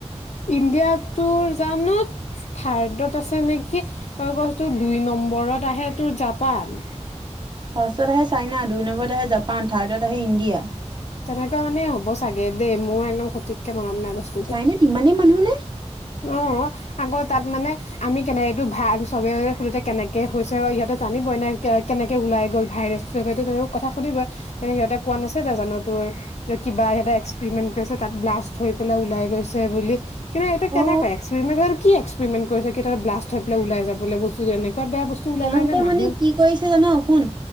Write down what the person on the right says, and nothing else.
ফাৰ্ষ্টত আহে চাইনা, দুই নম্বৰত আহে জাপান, থাৰ্ডত আহে ইণ্ডিয়া।
চাইনাত ইমানেই মানুহ নে?
অ
ইহঁতে
মানে কি কৰিছে জান শুন,